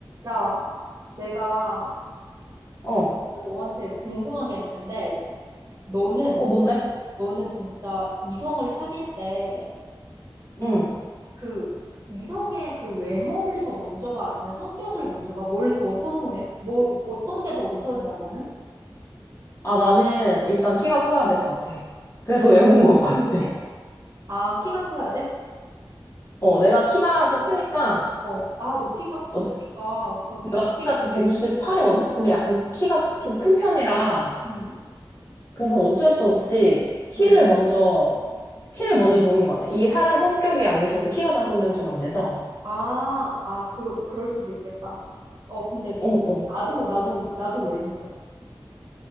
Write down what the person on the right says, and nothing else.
야, 내가
내가 진짜 너한테 궁금한 게 있는데 너는
너는 진짜 이성을 사귈 때
그 이성의 그 외모를 더 먼저 봐 아니면 성격을 먼저 봐? 뭘 더 선호해? 뭐 어떤 게 더 우선이야 너는?
외모네?
아, 키가 커야 돼?
어. 아, 너 키가 크니까
그렇
응,
응,
아, 아, 그러, 그럴 수도 있겠다. 어, 근데
나도 나도 나도 외모야.